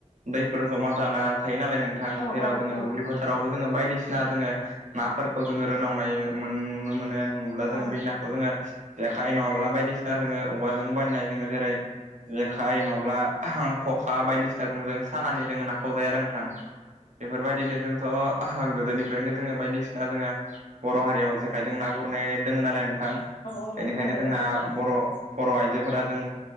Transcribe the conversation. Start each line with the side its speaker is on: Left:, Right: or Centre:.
Right: दैफोर जमा जाना थायो नालाय नों। नोंथां
Left: औ औ
Right: रावुबलि
Left: औ
Right: फ <unintelligible> जेरावबो जोङो बायदिसिना जोङो नाफोरखौ जोङो रोनावनाय नुनो मोनो नुब्ला जोङो
Left: औ
Right: बे नाखौ। जोङो जेखाइ नङाब्ला बायदिसिना जोङो औवाजों बायनाय जोङो जेरै आखाइ नङाब्ला ख'खा बायदिसिनाजों जों सानानानै जोङो नाखौ जाया आरो नोंथां बेफोरबायदिनो जोंथ' गोदोनिफ्रायनो जोङो बायदिसिना जोङो बर' हारियाव जेखायजों ना गुरनाय दोङ नालाय नोंथां
Left: औ
Right: बेनिखायनो
Left: नंगौ थारैनो
Right: जोंना बर' बर' आइजोफोरा जों